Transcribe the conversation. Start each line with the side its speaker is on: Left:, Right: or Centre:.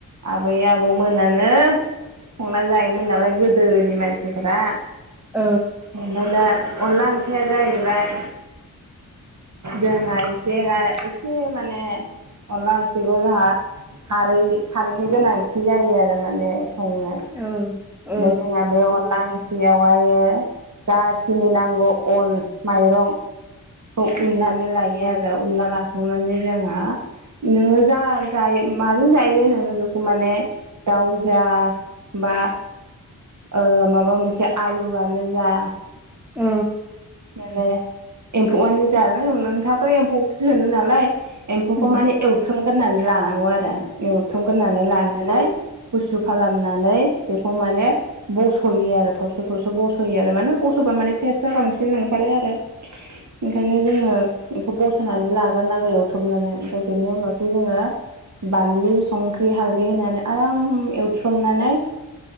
Right: आबै आबौमोनानो संना जायोमोन नालाय गोदोनि मानसिफोरा।
Centre: औ
Right: ओमफाय दा अनला ओंख्रिया जाहैबाय जोंहा एसे एसे माने अनला ओंख्रि खौ जोंहा खारै खारैनि गोनांथि जायो आरो माने संनो।
Centre: औ। औ
Right: ओमफ्राय जोंहा बे अनला बेयावहायो जाखिनि नांगौ अन माइरं खौ उननानै लायो आरो उनना लाखांनानै जोंहा नोङो जा जायो माजों जायो नोङो बेखौ माने दाउ जा बा ओ माबा मोनसे आलुआनो जा
Centre: औ।
Right: माने एम्फौआनो जा नोंथाङाथ' एम्फौखौसो सोंदों नालाय। एम्फौखौ
Centre: औ
Right: माने एवथ्रोम गोरनानै लानांगौ आरो। एवथ्रमग्रोनानै लानानै गुसु खालामनानै बेखौ माने बस'यो आरो थरस थरस' बस'यो आरो मानो बस'बा माने टेस्ट आ बांसिन जोंना ओंखारो आरो ओंखायनो जोङो बेखौ बस'नानै लागोर नांगौ एवथुमनानै ओमफ्राय बेनि उनावसो जोङो बानलु संख्रि हालदै होनानै आराम एवथ्रमनानै